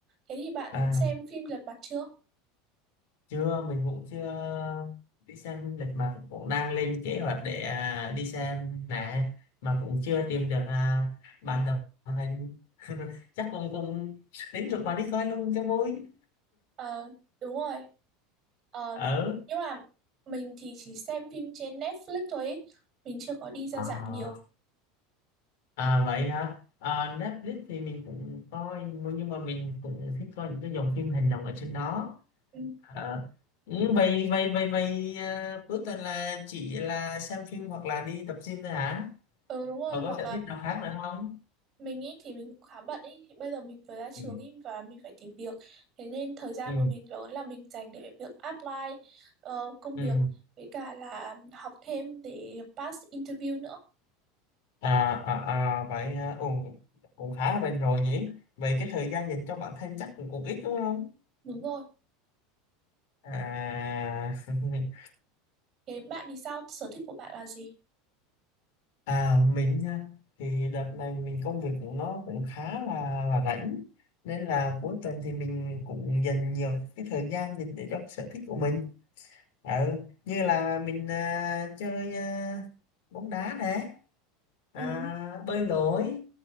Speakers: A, on the right; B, on the left.
A: Thế thì bạn
B: à,
A: xem phim Lật Mặt chưa?
B: chưa, mình cũng chưa đi xem phim lệch mặt, cũng đang lên kế hoạch để à, đi xem nè, mà cũng chưa tìm được à, bạn đồng hành. <laughs> Chắc cũng cũng tính rủ bạn đi coi luôn cho vui.
A: Ờ, đúng rồi. Ờ,
B: Ờ.
A: nhưng mà mình thì chỉ xem phim trên Netflix thôi ý. Mình chưa có đi ra
B: À,
A: rạp nhiều.
B: à vậy hả? À, Netflix thì mình cũng coi nhưng mà mình cũng thích coi những cái dòng phim hành động ở trên đó.
A: Ừ,
B: À, ừ, vậy vậy vậy vậy à, cuối tuần là chỉ là xem phim hoặc là đi tập gym thôi hả?
A: ừ đúng rồi,
B: Còn
A: hoặc
B: có sở
A: là
B: thích nào khác nữa không?
A: mình ý thì mình cũng khá bận ý thì bây giờ mình vừa ra trường
B: Ừ.
A: ý và mình phải tìm việc thế nên thời gian
B: Ừ
A: của mình lớn là mình dành để việc apply ờ, công
B: ừ
A: việc với cả là học thêm để pass interview nữa
B: à à, à vậy à, ừ, cũng khá là bền rồi nhỉ. Vậy cái thời gian dành cho bản thân chắc cũng, cũng ít đúng không?
A: đúng rồi
B: À <laughs>
A: thế bạn thì sao sở thích của bạn là gì
B: À mình nha thì đợt này mình công việc của nó cũng khá là là rảnh nên là cuối tuần thì mình cũng dành nhiều cái thời gian dành để cho cái sở thích của mình ừ, như là mình à, chơi à, bóng đá nè à,
A: ừ
B: bơi lội